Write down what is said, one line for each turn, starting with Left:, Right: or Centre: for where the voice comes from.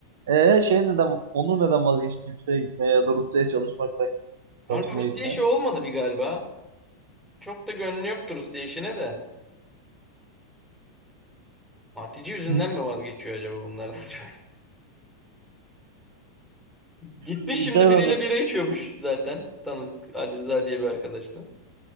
Right: Ee, şey neden, Onur neden vazgeçti yükseğe gitmeye ya da Rusya'ya çalışmaktan
Centre: Kanka
Right: çalışmaya
Centre: Rusya
Right: gitmeye?
Centre: işi olmadı bir galiba. Çok da gönlü yoktu Rusya işine de. Hatice yüzünden
Right: Bu
Centre: mi vazgeçiyor acaba bunlardan <laughs> çok? Gitmiş
Right: İngiltere'den
Centre: şimdi biriyle
Right: de
Centre: bira içiyormuş zaten. Tanıdık Ali Rıza diye bir arkadaşla.